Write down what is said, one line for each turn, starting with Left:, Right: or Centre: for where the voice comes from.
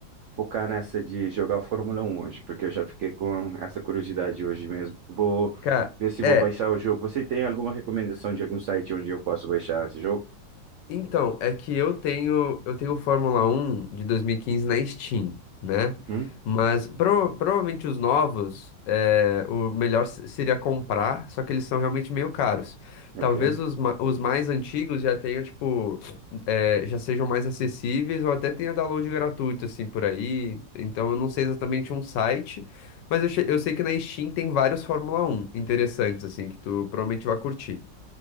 Right: focar nessa de jogar Fórmula 1 hoje, porque eu já fiquei com essa curiosidade hoje mesmo. Vou
Left: Cara,
Right: ver se vou
Left: é,
Right: baixar o jogo. Você tem alguma recomendação de algum site onde eu posso baixar esse jogo?
Left: Então, é que eu tenho, eu tenho o Fórmula 1 de 2015 na Steam, né?
Right: Uhum.
Left: Mas pro- provavelmente os novos, é, o melhor se- seria comprar, só que eles são realmente meio caros.
Right: Ok.
Left: Talvez os, ma- os mais antigos já tenham, tipo, é, já sejam mais acessíveis ou até tenha download gratuito, assim, por aí. Então eu não sei exatamente um site, mas eu, che- eu sei que na Steam tem vários Fórmula 1 interessantes, assim, que tu provavelmente vai curtir.